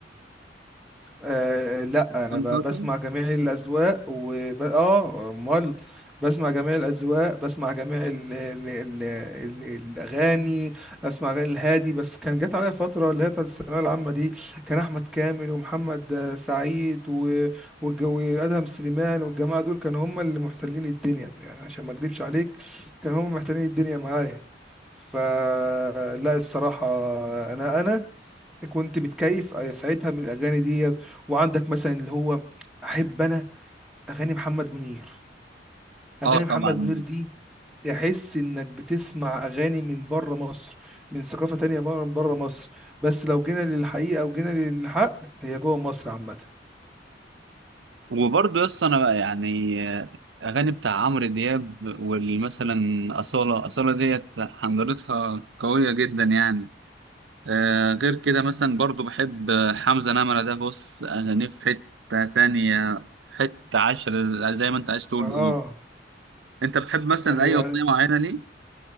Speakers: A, in the centre; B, on the right.
A: آه لا انا
B: مسلسل؟
A: ب- بسمع جميع الاذواق وب... اه امال بسمع جميع الاذواق بسمع جميع ال... ال... ال... ال... الاغاني اسمع أغاني الهادي بس كان جات عليا فتره اللي هي بتاعت الثانويه العامه دي كان احمد كامل ومحمد آه، سعيد و... والجو ادهم سليمان والجماعه دول كانوا هم اللي محتلين الدنيا يعني عشان ما اكذبش عليك كانوا هم محتلين الدنيا معايا فلا الصراحه انا انا كنت متكيف آه، ساعتها من الاغاني ديت وعندك مثلا اللي هو احب انا اغاني محمد منير اغاني
B: اه طبعا
A: محمد منير دي تحس انك بتسمع اغاني من بره مصر من ثقافة تانية بره بره مصر بس لو جينا للحقيقة وجينا للحق هي جوه مصر عامة
B: وبرضه يا اسطى انا بقى يعني آه، اغاني بتاع عمرو دياب والمثلا اصاله اصاله ديت حنجرتها قويه جدا يعني آه غير كده مثلا برضه بحب آه، حمزه نمره ده بص اغانيه في حته تانية في حته عشرة زي ما انت عايز تقول
A: اه
B: قول انت بتحب مثلا
A: يعني
B: اي اغنيه معينه ليه